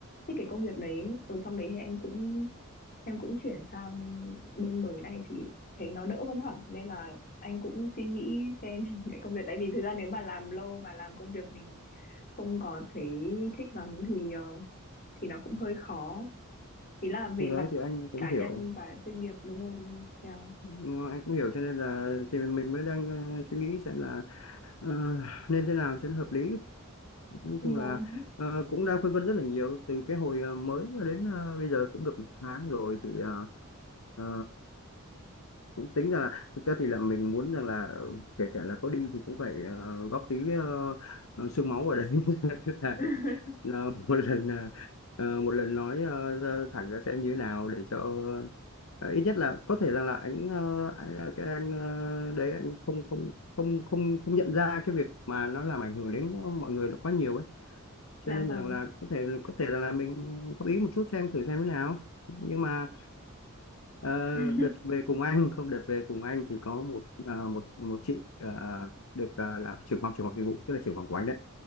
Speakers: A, on the left; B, on the left.
A: thích cái công việc đấy rồi trong đấy thì em cũng em cũng chuyển sang bên mới này thì thấy nó đỡ hơn hẳn nên là anh cũng suy nghĩ xem <laughs> cái công việc tại vì thực ra nếu mà làm lâu mà làm công việc mình không có thấy thích lắm thì ờ, thì nó cũng hơi khó ý là về
B: Thì đấy
A: mặt
B: thì anh cũng
A: cá
B: hiểu.
A: nhân và chuyên nghiệp đúng không đúng không Yeah.
B: Nó, anh cũng hiểu cho nên là thì mình mới đang ờ, suy nghĩ xem là ờ, nên thế nào cho nó hợp lý. Nói
A: Vâng.
B: chung là ờ, cũng đang phân vân rất là nhiều từ cái hồi ờ, mới đến ờ, bây giờ cũng được một tháng rồi thì ờ, ờ, cũng tính ra là thực ra thì là mình muốn rằng là ờ, kể cả là có đi thì cũng phải ờ, góp tí ờ, ờ, xương máu vào đấy <laughs> Là
A: <laughs>
B: để ờ, một lần ờ, ờ, một lần nói ờ, ra- thẳng ra xem như thế nào để cho ờ, ít nhất là có thể rằng là anh ờ, anh ờ, cái anh ờ, đấy anh không không không không không nhận ra cái việc mà nó làm ảnh hưởng đến mọi người nó quá nhiều ấy cho
A: Dạ
B: nên
A: vâng.
B: rằng là có thể có thể rằng là mình góp ý một chút xem thử xem thế nào nhưng mà Ờ,
A: <laughs>
B: đợt về cùng anh không đợt về cùng anh thì có một à, một một chị à, được à, là trưởng phòng trưởng phòng dịch vụ tức là trưởng phòng của anh đấy